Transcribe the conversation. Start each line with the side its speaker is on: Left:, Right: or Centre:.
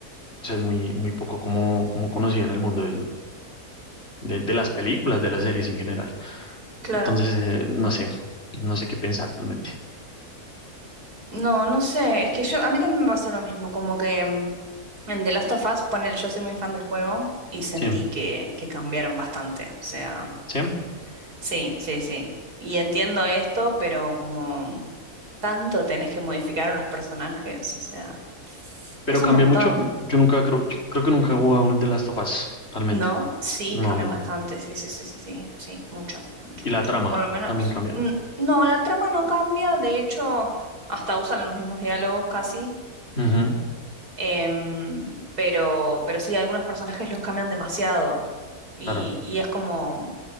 Left: O sea, es muy, muy poco como, como conocido en el mundo de, de las películas, de las series en general.
Right: Claro.
Left: Entonces, eh, no sé, no sé qué pensar realmente.
Right: No, no sé, es que yo, a mí también me pasó lo mismo, como que mm, en The Last of Us, ponele, yo soy muy fan del juego y sentí
Left: Sí,
Right: que, que cambiaron bastante, o sea, mm,
Left: sí,
Right: sí, sí, sí, y entiendo esto, pero como mm, tanto tenés que modificar a los personajes, o sea,
Left: pero
Right: es un
Left: cambia
Right: montón,
Left: mucho. Yo nunca creo, yo creo que nunca he jugado un The Last of Us, realmente.
Right: ¿no? Sí,
Left: No,
Right: cambian
Left: no, no.
Right: bastante, sí, sí, sí, sí, sí, sí, mucho, mucho,
Left: Y
Right: mucho,
Left: la trama
Right: por lo menos,
Left: también cambia.
Right: mm, no, la trama no cambia, de hecho, hasta usan los mismos diálogos casi
Left: Ujú,
Right: Em, pero, pero sí, algunos personajes los cambian demasiado. Y,
Left: claro.
Right: y es como,